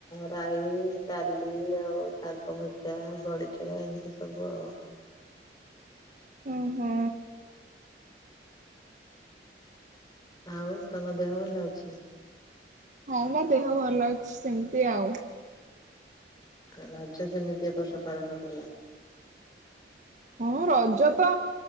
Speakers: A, on the left; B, on the right.
A: ରାଇ ଡାଲି ଆଉ ଶାଗ ଭଜା ବଡିଚୁରା ଏମିତି ସବୁ ଆଉ।
B: ହୁଁ ହୁଁ।
A: ଆଉ ତମ ଦେହ ଭଲ ଅଛି?
B: ହଁ ବା ଦେହ ଭଲ ଅଛି ସେମିତି ଆଉ।
A: ରଜ କେମିତି ଏ ବର୍ଷ ପାଳନ କଲ?
B: ହଁ ରଜ ତ